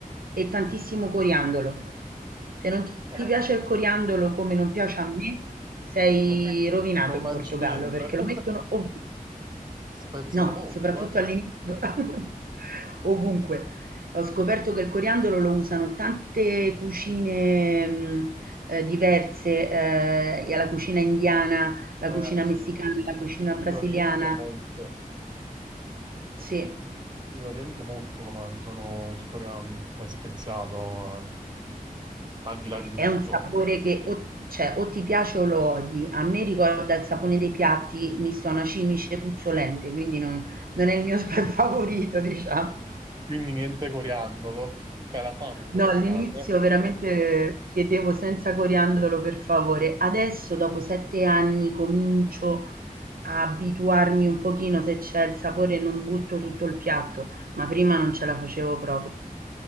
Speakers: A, on the right; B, on the right.
A: e tantissimo coriandolo. Se non
B: no,
A: ti piace il coriandolo come non piace a me, sei
B: non, Grazie.
A: rovinato
B: non
A: in
B: mangi
A: Portogallo
B: niente?
A: perché
B: <laughs>
A: lo mettono ovunque.
B: Speziano
A: No,
B: molto,
A: soprattutto all'inizio, <laughs> ovunque. Ho scoperto che il coriandolo lo usano tante cucine, mhmm, ehm, diverse, ehm, e alla cucina indiana, la
B: eh?
A: cucina
B: Eh sì,
A: messicana, la cucina brasiliana.
B: in Oriente è molto.
A: Sì,
B: In Oriente molto lo mangiano il coreano, cioè speziato eh, al di là di tutto.
A: è un sapore che o cioè o ti piace o lo odi. A me ricorda il sapone dei piatti misto a una
B: <laughs>
A: cimice puzzolente, quindi non non è il mio <laughs> favorito, diciamo.
B: Quindi niente coriandolo, c'è la fame in Portogallo.
A: No, all'inizio
B: eh.
A: veramente
B: <laughs>
A: chiedevo senza coriandolo per favore. Adesso, dopo sette anni, comincio a abituarmi un pochino, se c'è il sapore non butto tutto il piatto, ma prima non ce la facevo proprio.